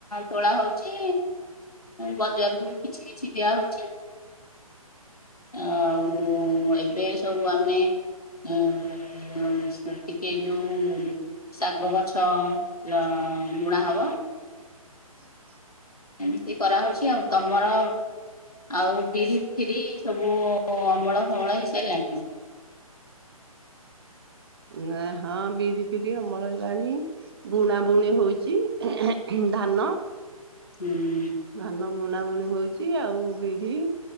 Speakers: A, on the left; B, on the right.
A: ତୋଳା ହଉଚି ବଜାର କୁ ବି କିଛି କିଛି ଦିଆ ହଉଚି। ଆଉ ଏବେ ସବୁ ଆମେ ଅ ଟିକେ ଯୋଉ ସାଗ ଗଛ ବୁଣା ହବ।
B: ହୁଁ
A: ଏମିତି କରାହଉଚି ଆଉ ତମର ଆଉ ବିରି ଫିରି ସବୁ ଅମଳ ଫମଳ ହେଇସାରିଲାଣି।
B: ନ ହଁ ବିରି ଫିରି ଅମଳ ହେଲାଣିି ବୁଣା ବୁଣି ହଉଚି ଧାନ।
A: ହୁଁ।
B: ଧାନ ବୁଣା ବୁଣି ହଉଚି ଆଉ ବିରି